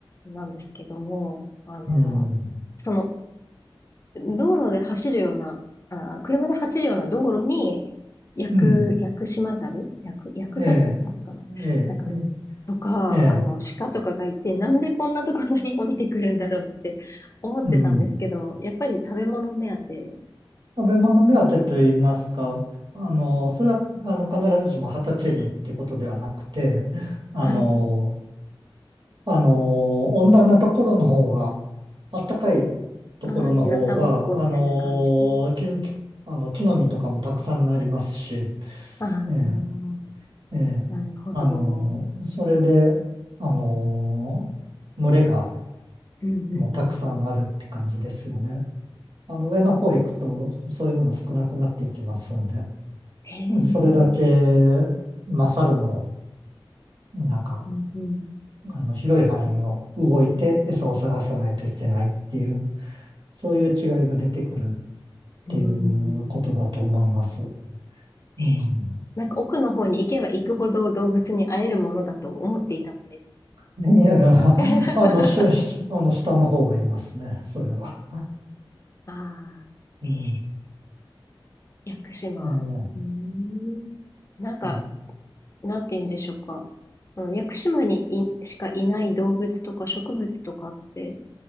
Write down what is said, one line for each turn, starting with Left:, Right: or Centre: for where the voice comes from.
Left: なんですけども、あの、
Right: うん。
Left: その、道路で走るような、あー、車で走るような道路に、薬、
Right: うん。
Left: 薬島ザル薬、薬ザルだったかななんかそう。
Right: ええ。ええ。ええ。
Left: とか、
Right: ええ
Left: あの、鹿とかがいて、なんでこんなところに降りてくるんだろうって思ってたんですけど、
Right: うん。
Left: やっぱり食べ物目当て、
Right: 食べ物目当てと言いますか、あの、それは、あの、必ずしも畑にってことではなくて、あの、
Left: はい。
Right: あのー温暖なところの方が、暖かいところの方が、
Left: ああ、日向ぼっこみたいな感じで。
Right: あのー木、木あの木の実とかもたくさんなりますし、え
Left: ああ、
Right: え、ええ、
Left: なるほど。
Right: あのーそれで、あのー群れが
Left: うんうんうん。
Right: もうたくさんあるって感じですよね。あの上の方行くと、
Left: がこ
Right: そういうもの少なくなっていきますんで、
Left: う、へえ、
Right: それだけ、まあ、猿も、なんか、
Left: うんうん、
Right: あの、広い範囲を動いて餌を探さないといけないっていう、そういう違いが出てくるっていうことだと思います。
Left: うん。
Right: うん。
Left: ええなんか奥の方に行けば行くほど動物に会えるものだと思っていたので。
Right: いやいや、
Left: <laughs>
Right: あの、し、しあの、下の方がいますね、それは。
Left: ああ、
Right: うん。
Left: ええ屋久島。
Right: ええ
Left: うーん。なんか、
Right: うん。
Left: なんて言うんでしょうか。その屋久島にいしかいない動物とか植物とかって、